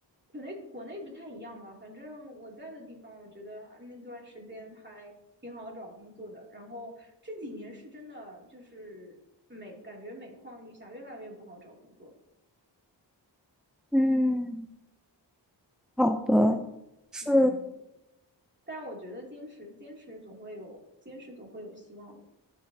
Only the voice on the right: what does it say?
可能国内不太一样吧，反正我在的地方，我觉得啊那段时间还挺好找工作的。然后这几年是真的就是每感觉每况愈下，越来越不好找工作。
嗯，但我觉得坚持坚持总会有坚持总会有希望的。